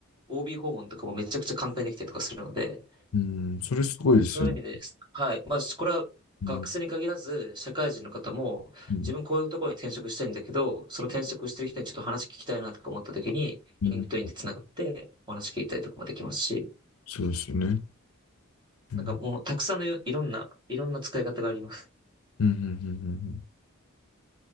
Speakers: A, on the right; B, on the left.
A: OB 訪問とかもめちゃくちゃ簡単にできたりとかするので、
B: うんそれすごいですよね。
A: そういう意味です。はい。まあ、これは学生に限らず、
B: うん、
A: 社会人の方も、
B: うん、
A: 自分こういうところに転職したいんだけど、その転職してる人にちょっと話聞きたいなとか思った時に、
B: うん、
A: リンクトインで繋がってお話聞いたりとかもできますし、
B: そうですよね。うん
A: なんかもうたくさんのいろんな、いろんな使い方があります。
B: うんうんうんうん